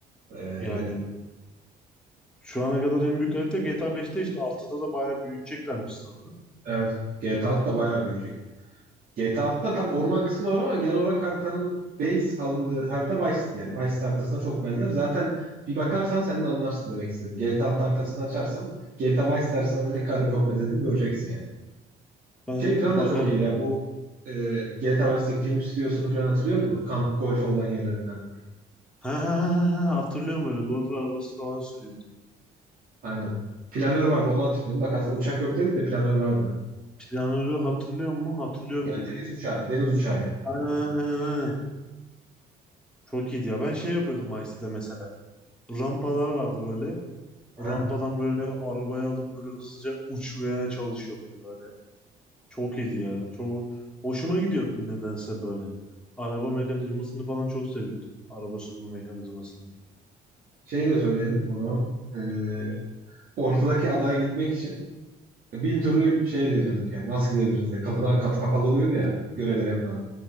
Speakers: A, on the right (about 60°); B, in the centre.
A: Ee,
B: Yani şu ana kadar en büyük harita GTA 5'te işte 6'da da bayağı büyüteceklermiş sanırım.
A: evet. GTA 6 da bayağı büyüyecek. GTA 6'da tabii orman kısmı var ama genel olarak haritanın base alındığı harita Vice'ti yani. Vice haritasına çok benzer. Zaten bir bakarsan sen de anlarsın demek istedim. GTA 6 haritasını açarsam GTA Vice haritasına ne kadar çok benzediğini göreceksin yani.
B: Ben
A: Şey falan
B: bakarım
A: da çok iyiydi ya
B: yani.
A: bu e, GTA Vice'deki film stüdyosunu falan hatırlıyor musun? Kamp golf olan yerleri falan.
B: Ha, ha, ha, ha, ha, hatırlıyorum böyle golf arabası falan sürüyordu.
A: Aynen. Planör vardı onu hatırlıyorum. Bak aslında uçak yok dedik de planör vardı.
B: Planörü hatırlıyor mu? Hatırlıyorum
A: Yani
B: gibi.
A: deniz uçağı, deniz uçağı yani.
B: Aynen aynen
A: Evet,
B: aynen.
A: Aynen.
B: Çok iyiydi ya. Ben şey yapıyordum Vice'de mesela. rampalar vardı böyle. O
A: Aha.
B: rampadan böyle arabayı alıp böyle hızlıca uçmaya çalışıyordum böyle. Çok iyiydi ya. Çok hoşuma gidiyordu nedense böyle. Araba mekanizmasını falan çok seviyordum. Araba sürme mekanizmasını.
A: Şey de söyleyelim o zaman. E, ortadaki adaya gitmek için Bin türlü şey deniyorduk yani. Nasıl gidebiliriz diye. Kapıdan kapı kapalı oluyordu ya. Görevleri yapmadan.